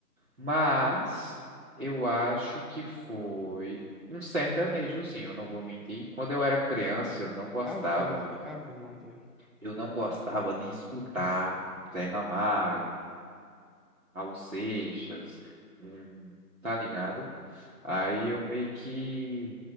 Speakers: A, on the right; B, in the centre.
A: Mas eu acho que foi um sertanejozinho, eu não vou mentir. Quando eu era criança, eu não gostava.
B: Ave Maria, Ave Maria.
A: Eu não gostava de escutar um Zé Ramalho, Raul Seixas, um, tá ligado? Aí eu meio que